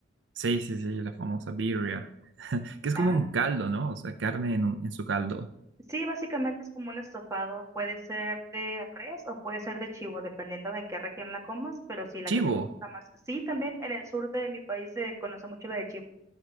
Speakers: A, on the right; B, on the right.
A: Sí, sí, sí, la famosa birria, <laughs> que es
B: Ah,
A: como un caldo,
B: sí.
A: ¿no? O sea, carne en, un- en su caldo.
B: Sí, básicamente es como un estofado, puede ser de res o puede ser de chivo, dependiendo de en qué región la comas, pero sí, la
A: Chivo,
B: que a mí me gusta más. Sí, también en el sur de mi país se conoce mucho la de chivo.